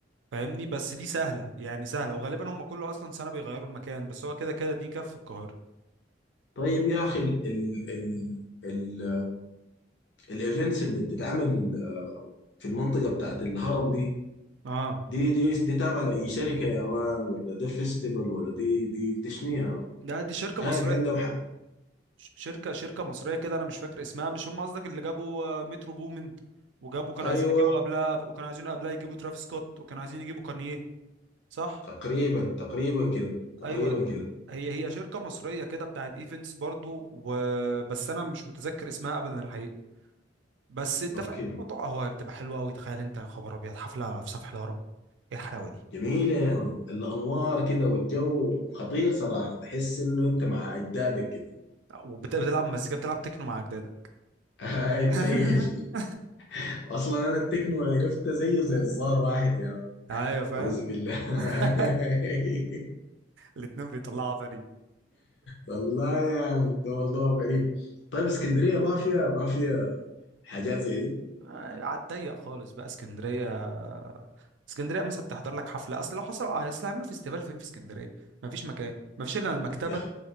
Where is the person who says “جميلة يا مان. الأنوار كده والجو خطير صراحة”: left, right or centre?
Left